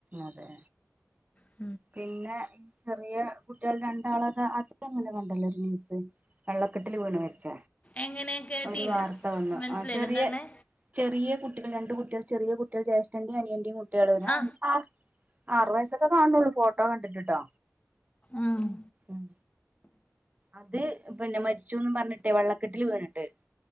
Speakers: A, on the right (about 30°); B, on the left (about 25°).
A: അതെ
B: ഉം
A: പിന്നെ ഈ ചെറിയ കുട്ടികള് രണ്ടാളത് അത് ഇന്നലെ കണ്ടല്ലോ ഒരു ന്യൂസ് വെള്ളക്കെട്ടില് വീണ് മരിച്ച
B: എങ്ങനെ കേട്ടില്ല
A: ഒരു വാർത്ത വന്നു
B: മനസ്സിലായില്ല
A: ആ ചെറിയ
B: എന്താ പറഞ്ഞേ
A: ചെറിയ കുട്ടികള് രണ്ടുകുട്ട് ചെറിയ കുട്ടികൾ ജേഷ്ഠൻ്റേം അനിയൻ്റെം കുട്ട് ട്ടികള് ഒരഞ്ച്
B: ആ
A: ആർ ആറു വയസ്സൊക്കെ കാണുള്ളൂ ഫോട്ടോ കണ്ടിട്ട് ട്ടോ
B: ആഹ്
A: ഉം അത് പിന്നെ മരിച്ചൂന്നും പറഞ്ഞിട്ടെ വെള്ളക്കെട്ടില് വീണിട്ട്,